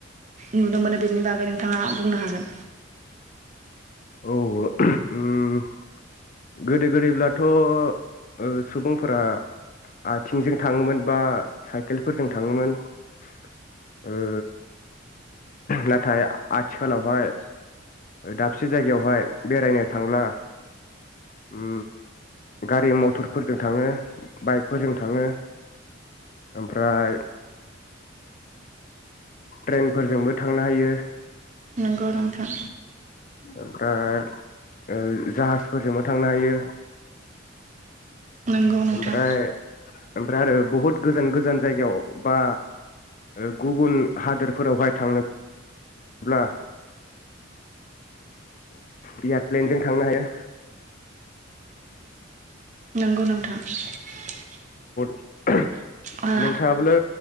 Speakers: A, on the right (about 40°); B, on the left (about 40°).
A: नुनो मोनो बेनि बागै नोंथाङा बुंनो हागोन।
B: औ उम गोदो गोदैब्लाथ' ओ सुबुंफोरा आथिंजों थाङोमोन बा साइकेलफोरजों थाङोमोन ओ नाथाय आथिखालावहाय दाबसे जायगायावहाय बेरायनो थांब्ला उम गारि मटरफोरजों थाङो बाइकफोरजों थाङो ओमफ्राय ट्रेनफोरजोंबो थांनो हायो
A: नोंगौ नोंथां
B: ओमफ्राय ओ जाहाजफोरजोंबो थांनो हायो
A: नंगौ नोंथां
B: ओमफ्राय ओमफ्राय आरो बहुत गोजान गोजान जायगायाव बा ओ गुबुन हादोरफोरावहाय थांनोब्ला एयारप्लेनजों थांनो हाया
A: नंगौ नोंथां <unintelligible>
B: <unintelligible>
A: ओ
B: नोंथाङाब्लो